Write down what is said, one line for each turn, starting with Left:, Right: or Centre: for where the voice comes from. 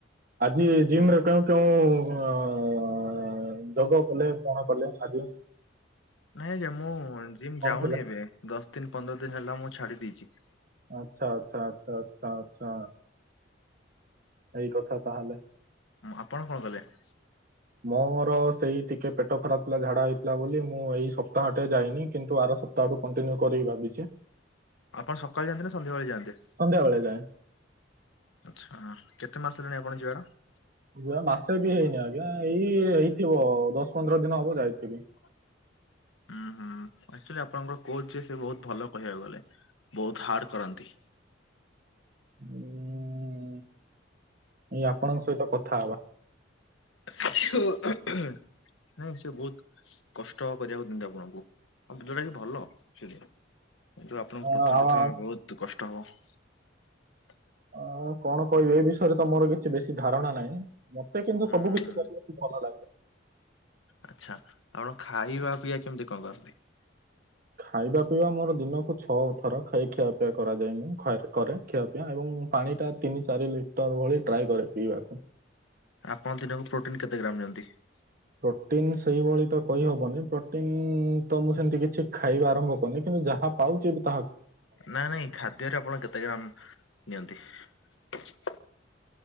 Right: ଆଜି ଜିମରେ କେଉଁ କେଉଁ ଉଁ ଅ ଯୋଗ କଲେ କଣ କଲେ ଆଜି ।
Left: ନାଇଁ ଆଜ୍ଞା ମୁଁ ଯିମ ଯାଉନି
Right: ଥିଲା
Left: ଏବେ ଦଶ ଦିନ ପନ୍ଦର ଦିନ ହେଲା ମୁଁ ଛାଡି ଦେଇଛି ।
Right: ଆଚ୍ଛା ଆଚ୍ଛା ଆଛା ଆଚ୍ଛା ଆଛା । ଏଇ କଥା ତାହେଲେ ।
Left: ଆପଣ କଣ କଲେ ।
Right: ମୋର ସେଇ ଟିକେ ପେଟ ଖରାପ ଥିଲା ଝାଡା ହେଇଥିଲା ବୋଲି ମୁଁ ଏଇ ସପ୍ତାହଟା ଯାଇନି କିନ୍ତୁ ଆର ସପ୍ତାଆଡୁ କଣ୍ଟିନ୍ୟୁ କରିକି ଭାବିଛି ।
Left: ଆପଣ ସକାଳେ ଯାଆନ୍ତି ନା ସନ୍ଧ୍ୟାବେଳେ ଯାଆନ୍ତି।
Right: ସନ୍ଧ୍ୟାବେଳେ ଯାଏ
Left: ଆଚ୍ଛା କେତେ ମାସ ହେଲାଣି ଆପଣ ଯିବାର ।
Right: ଯିବା ମାସେ ବି ହେଇନି ଆଜ୍ଞା ଏଇ ହେଇଥିବ ଦଶ ପନ୍ଦର ଦିନ ହବ ଯାଇଥିବି ।
Left: <inaudible> ହୁଁ ଆକଚୁଲି ଆପଣଙ୍କର କୋଚ ଯିଏ ସେ ବହୁତ ଭଲ କହିବାକୁ ଗଲେ । ବହୁତ ହାର୍ଡ କରାନ୍ତି ।
Right: ଉଁ ଏଇ ଆପଣଙ୍କ ସହିତ କଥା ହବା ।
Left: ଆଉ ନାଇଁ ସେ ବହୁତ କଷ୍ଟ କରିବାକୁ ଦିଅନ୍ତି ଆପଣଙ୍କୁ । ଆମ ଭିଡ ଟା ବି ଭଲ <unintelligible> ଏଠୁ ଆପଣଙ୍କୁ
Right: ଆଉ
Left: ପ୍ରଥମେ ପ୍ରଥମେ
Right: ଆଉ
Left: ବହୁତ କଷ୍ଟ ହବ ।
Right: ହଁ କଣ କହିବି ଏ ବିଷୟରେ ତ ମୋର କିଛି ବେଶୀ ଧାରଣା ନାହିଁ । ମତେ କିନ୍ତୁ
Left: ହୁଁ
Right: ସବୁ କିଛି କରିବାକୁ ଭଲ ଲାଗେ ।
Left: ଆଛା ଆପଣ ଖାଇବା ପିଆ କେମିତି କଣ କରନ୍ତି ।
Right: ଖାଇବା ପିଇବା ମୋର ଦିନକୁ ଛଅ ଥର ଖାଇ ଖିଆପିଆ କରାଯାଏ ମୁଁ କରେ ଖିଆ ପିଆ ଏବଂ । ପାଣି ଟା ତିନି ଚାରି ଲିଟର ଭଳି ଟ୍ରାଏ କରେ ପିଇବାକୁ ।
Left: ଆପଣ ଦିନକୁ ପ୍ରୋଟିନ କେତେ ଗ୍ରାମ ନିଅନ୍ତି ।
Right: ପ୍ରୋଟିନ ସେଇଭଳି ତ କହିହବନି ପ୍ରୋଟିନ ତ ମୁଁ ସେମିତି କିଛି ଖାଇବା ଆରମ୍ଭ କରିନି କିନ୍ତ କିନ୍ତୁ ଯାହା ପାଉଛି ।
Left: ନା ନାଇଁ ଖାଦ୍ୟରେ ଆପଣ କେତେ ଗ୍ରାମ ନିଅନ୍ତି ।